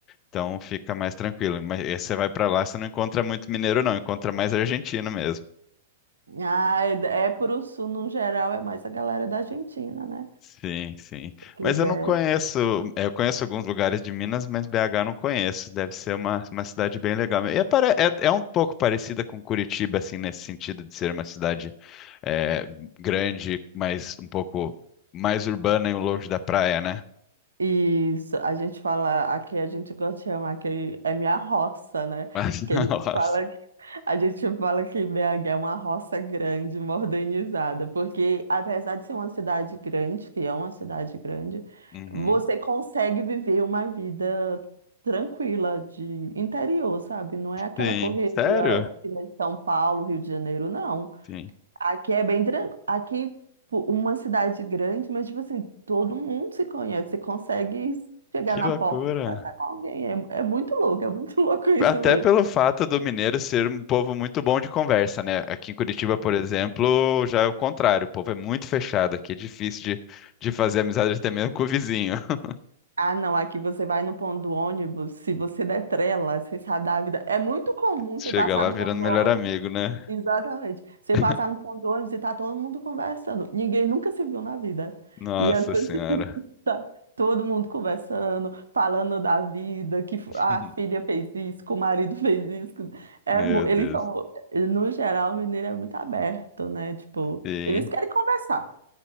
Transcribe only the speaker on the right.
Ah, é, é pro sul, no geral, é mais a galera da Argentina, né?
Que
desce.
Isso, a gente fala, aqui a gente gosta de chamar que é minha roça, né?
Que
a gente
fala que, a gente fala que BH é uma roça grande, modernizada, porque apesar de ser uma cidade grande, que é uma cidade grande,
você consegue viver uma vida tranquila de interior, sabe? Não é aquela
correria
que nem São Paulo, Rio de Janeiro, não.
Aqui é bem tranquilo. Aqui, pu- uma cidade grande, mas, tipo assim, todo mundo se conhece. Você consegue chegar
na
porta e conversar com alguém. É, é muito louco, é muito <laughs> louco isso,
mano.
Ah, não, aqui você vai no ponto do ônibus, se você der trela, você sabe da vida. É muito comum
você passar
no
ponto do
ônibus.
Exatamente. Você
passar no ponto do ônibus e tá todo mundo conversando. Ninguém nunca se viu na vida.
E as pessoas
<laughs> tá todo mundo conversando, falando da vida, que f-
a filha fez isso, que o marido <laughs> fez isso. que- É,
mu- eles
são, no geral, o mineiro é muito aberto, né? Tipo,
eles querem conversar,